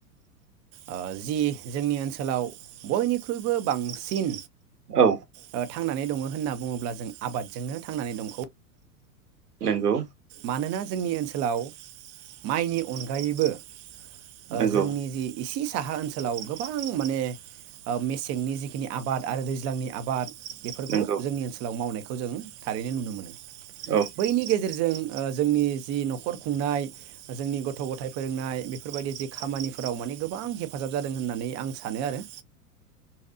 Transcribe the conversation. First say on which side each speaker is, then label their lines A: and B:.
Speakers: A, on the right (about 35°); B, on the right (about 75°).
A: ओ जि जोंनि ओनसोलाव बयनिख्रुइबो बांसिन
B: औ
A: ओ थांनानै दङ होनना बुङोब्ला जों आबादजोंनो थांनानै दंखौ
B: नंगौ।
A: मानोना जोंनि ओनसोलाव माइनि अनगायैबो ओ
B: नंगौ
A: जोंनि रि इसेसे साहा ओनसोलाव गोबां माने ओ मेसेंनि जिखिनि आबाद आरो दैज्लांनि आबाद बेफोरखौ
B: नंगौ
A: जोंनि ओनसोलाव मावनाय खौ जों थारैनो नुनो मोनो।
B: औ
A: बैनि गेजेर जों ओ जोंनि जि नखर खुंनाय जोंनि गथ' गथाइ फोरोंनाय बेफोरबायदि जि खामानिफोराव माने गोबां हेफाजाब जादों होननानै आं सानो आरो।